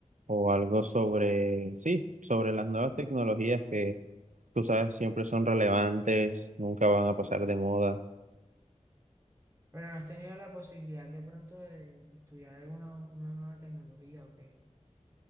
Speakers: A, on the right; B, on the right.
A: o algo sobre, sí, sobre las nuevas tecnologías que tú sabes siempre son relevantes, nunca van a pasar de moda.
B: Pero no has tenido la posibilidad de pronto de estudiar alguna una nueva tecnología o qué.